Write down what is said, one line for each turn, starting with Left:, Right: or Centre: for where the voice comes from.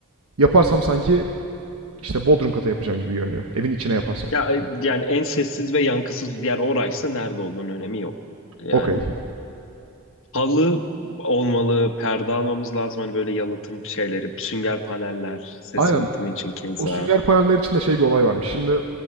Right: yaparsam sanki işte bodrum kata yapacağım gibi görünüyor. Evin içine yaparsam.
Left: Ya yani en sessiz ve yankısız yer oraysa nerede olduğunun önemi yok. Yani
Right: Okey.
Left: Halı olmalı, perde almamız lazım. Hani böyle yalıtım şeyleri, sünger paneller, ses
Right: Aynen.
Left: yalıtımı için keza.
Right: O sünger paneller için de şey bir olay varmış. Şimdi